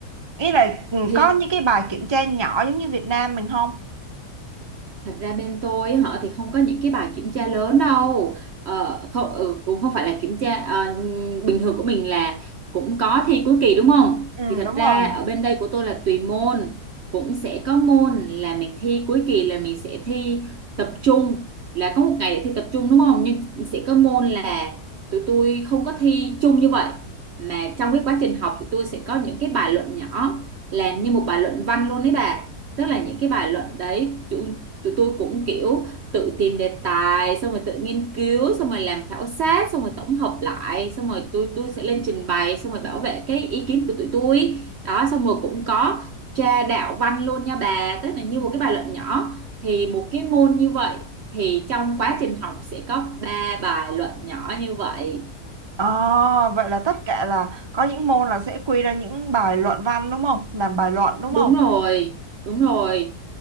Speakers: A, on the right; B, on the right.
A: Ý là ừ,
B: Thì
A: có những cái bài kiểm tra nhỏ giống như Việt Nam mình không?
B: Thật ra bên tôi họ thì không có những cái bài kiểm tra lớn đâu ờ, không ừ, cũng không phải là kiểm tra ờ, bình thường của mình là cũng có thi cuối kỳ đúng không
A: Ừ,
B: thì thật
A: đúng
B: ra
A: rồi.
B: ở bên đây của tôi là tùy môn cũng sẽ có môn là mình thi cuối kỳ là mình sẽ thi tập trung là có một ngày để thi tập trung đúng không nhưng sẽ có môn là tụi tôi không có thi chung như vậy mà trong cái quá trình học tụi tôi sẽ có những cái bài luận nhỏ làm như một bài luận văn luôn đấy bà tức là những cái bài luận đấy tụi tôi cũng kiểu tự tìm đề tài xong rồi tự nghiên cứu xong rồi làm khảo sát xong rồi tổng hợp lại xong rồi tôi tôi sẽ lên trình bày xong rồi bảo vệ cái ý kiến của tụi tôi đó xong rồi cũng có tra đạo văn luôn nha bà tức là như một cái bài luận nhỏ thì một cái môn như vậy thì trong quá trình học sẽ có ba bài luận nhỏ như vậy
A: Ồ, vậy là tất cả là có những môn là sẽ quy ra những bài luận văn đúng không? Làm bài luận đúng
B: Đúng
A: không?
B: rồi, đúng rồi.